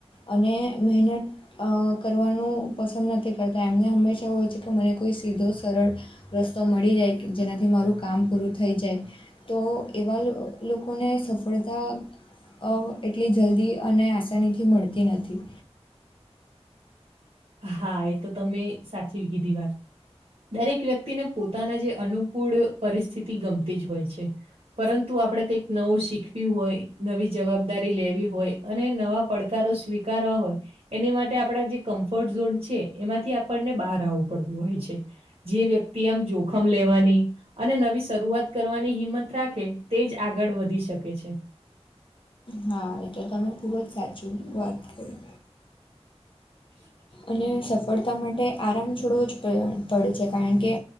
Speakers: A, on the left (about 50°); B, on the right (about 60°).
A: અને મહેનત અ કરવાનું પસંદ ન નથી કરતા. એમને હંમેશા એવું હોય છે કે મને સીધો સરળ રસ્તો મળી જાય કે જેનાથી મારું કામ પૂરું થઈ જાય. તો એવા લ લોકોને સફળતા અ એટલી જલ્દી અને આસાનીથી મળતી નથી.
B: હા એ તો તમે સાચીવી કીધી વાત. દરેક વ્યક્તિને પોતાના જે અનુ કૂળ પરિસ્થિતિ ગમતી જ હોય છે. પરંતુ આપણે કઈક નવું શીખ વું હોય, નવી જવાબદારી લેવી હોય અને નવા પડકારો સ્વીકારવા હોય, એની માટે આપ જે કમ્ફર્ટ જોન છે એમાંથી આપણને બહાર આવવું પડતું હોય છે. જે વ્યક્તિ આમ જોખ ખમ લેવાની અને નવી શરૂઆત કરવાની હિંમત રાખે તે જ આગળ વધી શકે છે.
A: હા એ તો તમે ખૂબ જ સાચું વાત કરી.
B: હ <inaudible>
A: અને સફળતા માટે આરામ છોડવો જ પ પડે છે, કારણ કે